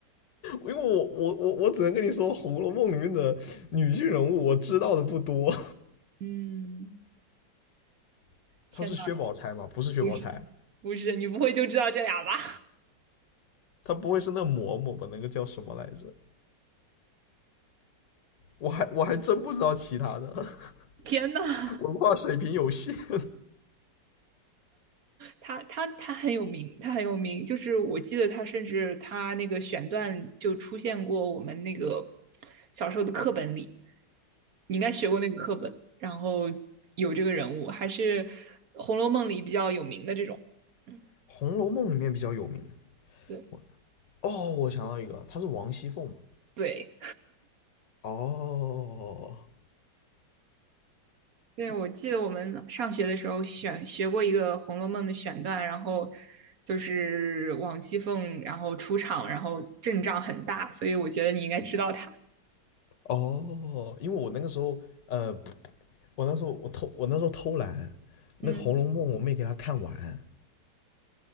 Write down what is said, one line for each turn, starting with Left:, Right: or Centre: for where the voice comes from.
Left: 因为我我我我只能跟你说，《红楼梦》里面的女性人物我知道的不多。
Right: 嗯，
Left: <laughs>
Right: 天呐，
Left: 她是薛宝钗嘛？不是薛宝钗，
Right: 不是不是，你不会就知道这俩吧？
Left: 她不会是那嬷嬷吧？那个叫什么来着？我还我还真不知道其他的，
Right: <laughs> 天呐，
Left: <laughs> 文化水平有限。<laughs>
Right: 他他他很有名，他很有名，就是我记得他甚至他那个选段就出现过我们那个小时候的课本里，你应该学过那个课本，然后有这个人物，还是《红楼梦》里比较有名的这种。嗯，
Left: 《红楼梦》里面比较有名的，
Right: 对
Left: 我哦，我想到一个，她是王熙凤嘛？
Right: 对，
Left: 哦
Right: 对，我记得我们上学的时候选学过一个《红楼梦》的选段，然后就是王熙凤，然后出场，然后阵仗很大，所以我觉得你应该知道她。
Left: 哦，因为我那个时候呃，我那时候我偷我那时候偷懒，那个《红楼梦》我没给她看完，
Right: 嗯